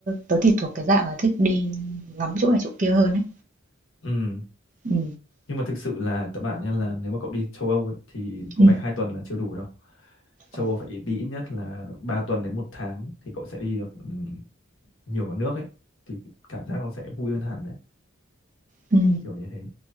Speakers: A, on the right; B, on the left.
A: tớ thì thuộc cái dạng là thích đi ngắm chỗ này chỗ kia hơn ấy.
B: ừ.
A: Ừ,
B: nhưng mà thực sự là các bạn nhá là nếu mà cậu đi châu Âu ấy, thì có
A: ừ,
B: vẻ hai tuần là chưa đủ đâu châu
A: ừ,
B: Âu phải đi ít nhất là 3 tuần đến một tháng thì cậu sẽ đi được ừ, nhiều cả nước ấy thì cảm giác nó sẽ vui hơn hẳn đấy
A: ừ.
B: kiểu như thế